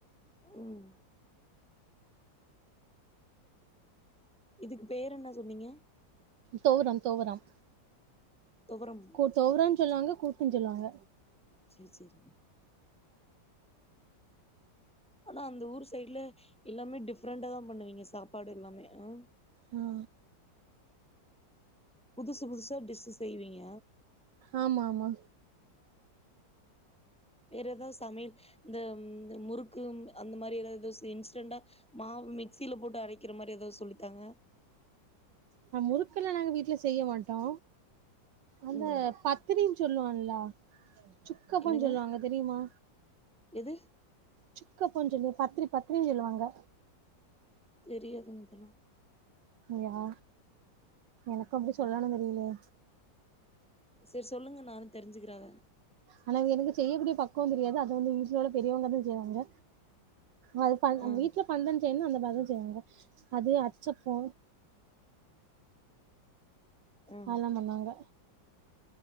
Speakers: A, in the centre; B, on the right.
A: ம் இதுக்கு பேர் என்ன சொன்னீங்க
B: தொவரம் தொவரம்
A: தொவரம்
B: ஓ தொவரம் சொல்லுவாங்க கூட்டுன் சொல்லுவாங்க
A: சேர் சேரிங் ஆனா அந்த ஊர் சைட்ல எல்லாமே டிஃப்ரெண்டா தா பண்ணுவீங்க சாப்பாடு எல்லாமே ஆ
B: ஆ
A: புதுசு புதுசாக டிஷ்ஷு செய்வீங்க
B: ஆமா ஆமா
A: வேற ஏதா சமையல் இந்த ம் இந்த முறுக்கு ம் அந்த மாரி ஏத ஏத செய்ன் இன்ஸ்டன்டா மாவு மிக்சியில போட்டு அறைக்கற மாரி ஏதோ சொல்லித்தாங்க
B: நா முறுக்கல்ல நாங்க வீட்டுல செய்ய மாட்டோ அந்த
A: ம்
B: பத்திரி சொல்லுவான்லா சுக்கப்பம்
A: என்னங்க
B: சொல்லுவாங்க தெரியுமா
A: எது
B: சுக்க போன்ஞ்னு பத்ரி பத்ரின் சொல்லுவாங்க
A: தெரியாதுங்க இதல்லா
B: யா எனக்கு அப்டி சொல்லன்னு தெரியலே
A: செரி சொல்லுங்க நானு தெரிஞ்சிக்கிற அத
B: ஆனா எனக்கு செய்யக்கூடிய பக்குவ தெரியாது அத வந்து வீட்ல உள்ள பெரியவங்க தா செய்வாங்க அது பன்
A: ஆ
B: அ வீட்ல பண்டன் செய்ன்னா அந்த மாரி தா செய்வாங்க அது அச்சப்போ
A: ஆ
B: அதல்லா பண்வாங்க